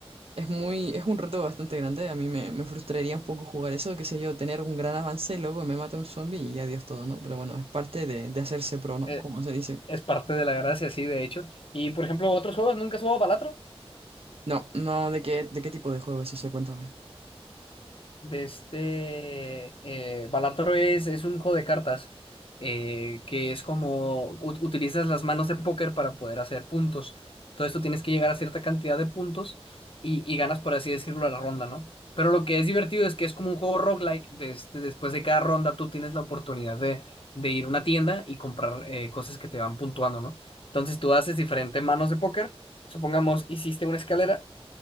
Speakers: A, on the right; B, on the left.
A: es muy, es un reto bastante grande. A mí me, me frustraría un poco jugar eso, qué sé yo, tener un gran avance, luego me mata un zombie y adiós todo, ¿no? Pero bueno, es parte de, de hacerse pro, ¿no?
B: Eh,
A: Como se dice.
B: es parte de la gracia, sí, de hecho. Y, por ejemplo, otros juegos, ¿nunca has jugado Balatro?
A: No, no, ¿de qué, de qué tipo de juego es ese? Cuéntame.
B: de este eh, Balatro es, es un juego de cartas eh, que es como ut- utilizas las manos de póker para poder hacer puntos. Entonces tú tienes que llegar a cierta cantidad de puntos y, y ganas, por así decirlo, a la ronda, ¿no? Pero lo que es divertido es que es como un juego roguelike. de este- después de cada ronda tú tienes la oportunidad de, de ir a una tienda y comprar eh, cosas que te van puntuando, ¿no? Entonces tú haces diferentes manos de póker. Supongamos, hiciste una escalera